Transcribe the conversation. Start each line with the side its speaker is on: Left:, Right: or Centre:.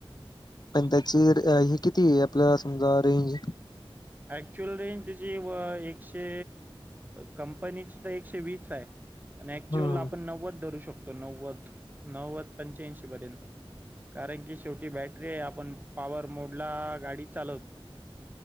Left: पण त्याची हे किती आहे आपला समजा रेंज.
Right: ऍक्च्युअल रेंज तची व एकशे कंपनीची तर एकशे वीस आहे. आणि ऍक्च्युअल
Left: हम्म
Right: आपण नव्वद धरू शकतो. नव्वद नव्वद पंच्याऐंशी पर्यंत. कारण की शेवटी बॅटरी आहे आपण पॉवर मोड ला गाडी चालवतो.